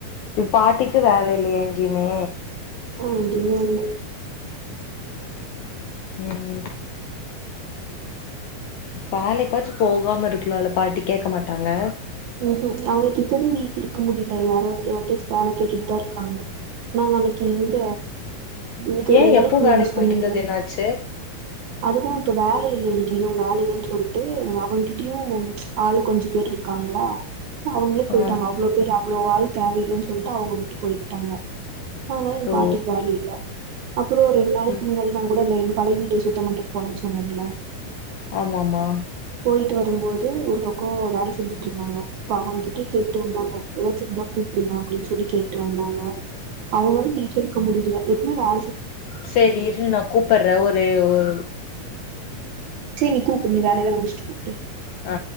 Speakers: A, on the left (about 80°); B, on the right (about 75°).
A: இ பாட்டிக்கு வேலை இல்லையா எங்கேயுமே
B: எங்கையுமே இல்ல
A: உம் உம் வேலைக்காச்சு போகாம இருக்கலாம்ல்ல பாட்டி கேட்க மாட்டாங்க
B: ஹு ஹு அவங்களுக்கு இப்பவே வீட்ல இருக்க முடியல யார யா வேலை கேட்டுட்டு தான் இருக்காங்க நாங்க அன்னைக்கு எங்க இது
A: ஏன்
B: ரெண்டு நாளைக்கு
A: எப்போ
B: முன்ன
A: வேலைக்கு
B: நா சொன்னேல
A: போயிட்டு இருந்தது என்னாச்சு
B: அதுதான் இப்ப வேல எங்கயும் வேலைலன்னு சொல்லிட்டு அவங்கிட்டயும் ஆள் கொஞ்சோ பேர் இருக்காங்க களா அவங்களே போயிட்டாங்க
A: ஆ
B: அவ்வளோ பேர் அவ்வளோ ஆள் தேவையில்லன்னு சொல்ட்டு அவுங்க வுட்டுட் போயிட்டாங்க ஆனா எ
A: ஓ
B: பாட்டிக்கு வேல இல்ல அப்புற ஒரு ரெண் நாளைக்கு
A: ம்
B: முன்னாடி நா <unintelligible> பலைய வீடு சுத்தமன்றக் போனன் சொன்னேன்ல
A: ஆமா ஆமா
B: போயிட்டு வரும்போது ஒரு பக்கோ வேல செஞ்சி ட்ருந்தாங்க இப்ப அவுகிட்டே கேட்டு வந்தாங்க <unintelligible> கூப்பிடுங்க அப்டின்னு சொல்லி கேட்டு வந்தாங்க அவுங்களாலு வீட்ல இருக்க முடியல எப்டி வா
A: செரி இரு நா கூப்பற்ற ஒரு ஒரு
B: செரி நீ கூப்டு நீ வேல எல்லா முடிச்சிட்டு கூப்
A: அ